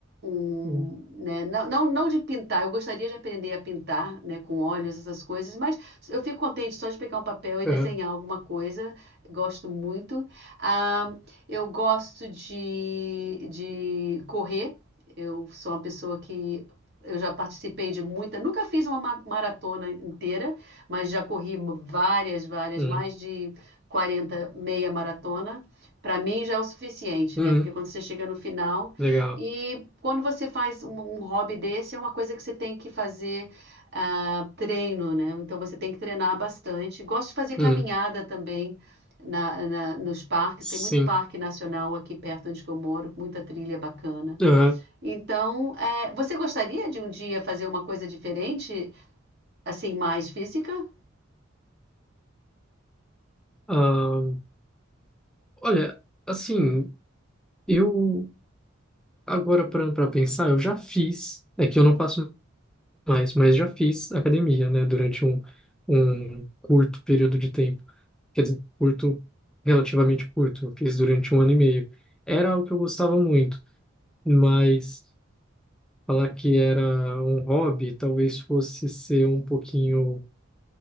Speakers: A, on the right; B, in the centre.
A: um,
B: Uhum.
A: né, não, não, não de pintar, eu gostaria de aprender a pintar, né, com óleos essas coisas, mas eu fico contente só de pegar um papel e
B: Uhum.
A: desenhar alguma coisa, gosto muito. Ah, eu gosto de, de correr. Eu sou uma pessoa que eu já participei de muita, nunca fiz uma ma- maratona inteira, mas já corri várias, várias,
B: Uhum.
A: mais de 40 meia maratona. Para mim já é o suficiente,
B: Uhum.
A: né? Porque quando você chega no final
B: Legal.
A: e quando você faz um, um hobby desse, é uma coisa que você tem que fazer ah, treino, né? Então você tem que treinar bastante. Gosto de fazer caminhada
B: Uhum.
A: também na, na- nos parques. Tem
B: Sim.
A: muito parque nacional aqui perto onde que eu moro, muita trilha bacana.
B: Uhum.
A: Então, é, você gostaria de um dia fazer uma coisa diferente, assim, mais física?
B: Ah, olha, assim, eu agora parando para pensar, eu já fiz. É que eu não faço mais, mas já fiz academia, né, durante um, um curto período de tempo. Quer dizer, curto, relativamente curto, eu fiz durante um ano e meio. Era o que eu gostava muito, mas falar que era um hobby talvez fosse ser um pouquinho